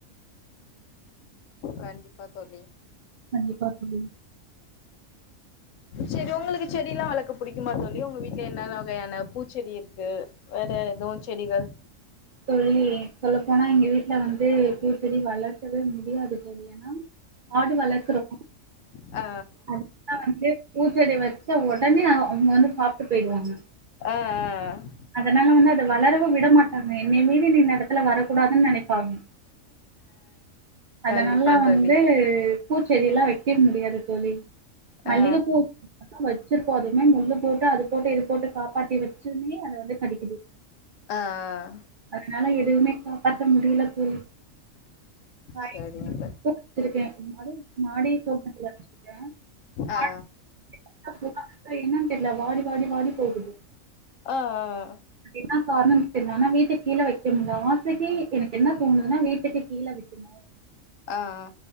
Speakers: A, on the left (about 75°); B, on the right (about 60°).
A: கண்டிப்பா தோழி
B: கண்டிப்பா தோழி
A: செரி உங்களுக்கு செடி எல்லா வளக்க புடிக்குமா தோழி உங்க வீட்ல என்னன்ன வகையான பூச்செடி இருக்கு வேற எதுவு செடிகள்
B: தோழி சொல்லப்போனா எங்கெ வீட்ல வந்து பூச்செடி வளர்க்கவே முடியாது தோழி ஏனா ஆடு வளர்க்குறோ
A: அ
B: அதுல வந்து பூச்செடி வச்ச ஒடனே அ அதுங்க வந்து சாப்ட்டு பெய்டுவாங்க
A: ஆ ஆ
B: அதனால வந்து அத வளரவு விட மாட்டா நீ என்னய மீறி நீ நடத்துல வரக்கூடதுன் நனை பாகு அதனல்ல
A: கண்டிப்பா
B: வந்து
A: தோழி
B: பூச்செடி எல்லா வெக்க முடியாது தோழி மல்லிக
A: ஆ
B: பூ வச்சிருப்போதுமே முள்ளு போட்டு அது போட்டு இது போட்டு காப்பாத்தி வச்சுமே அத வந்து கடிக்குது
A: ஆ ஆ
B: அதனால எதுவுமே காப் பாத்த முடியில தோழி காய்க
A: சரிங்க தோழி
B: வச்சிருக்கேன் அதும் மாடி தோட்டத்துல வச்சிருக்கேன் <unintelligible>
A: ஆ
B: ப்ப என்னன் தெரியல வாடி வாடி வாடி போகுது
A: ஆ ஆ ஆ
B: அது என்ன கார்ணம் தெர்ல ஆனா வீட் டுக்கு கீழே வைக்கனுமு ஆசைக்கு எனக்கு என்ன தோணுதுன்னா வீட்டுக்கு கீழே வைக்கணும்
A: ஆ ஆ